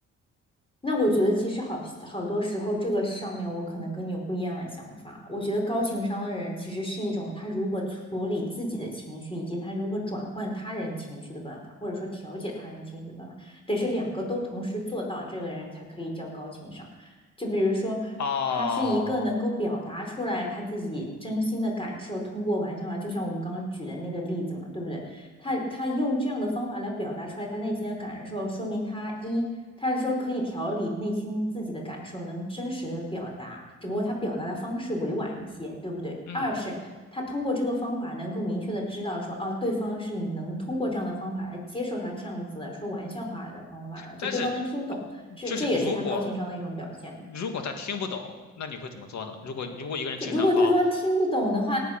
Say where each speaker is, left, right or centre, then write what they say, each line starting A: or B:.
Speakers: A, on the left (about 20°); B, on the left (about 65°).
A: 那我觉得其实好好多时候，这个上面我可能跟你有不一样的想法。我觉得高情商的人其实是一种他如何处理自己的情绪，以及他如何转换他人情绪的办法，或者说调节他人情绪的办法，得是两个都同时做到，这个人才可以叫高情商。就比如说，
B: 哦，
A: 他是一个能够表达出来他自己真心的感受，通过玩笑话，就像我们刚刚举的那个例子嘛，对不对？他他用这样的方法来表达出来他内心的感受，说明他一他是说可以调理内心自己的感受，能真实的表达，只不过他表达的方式委婉一些，对不对？
B: 嗯，
A: 二是他通过这个方法能够明确的知道说，哦，对方是能通过这样的方法来接受他这样子的说玩笑话的方法的，就对方能听懂，
B: 但是
A: 这这也是他高情商的一种表现。
B: 就是如果如果他听不懂，那你会怎么做呢？如果如果一个人情商高，
A: 如果对方听不懂的话，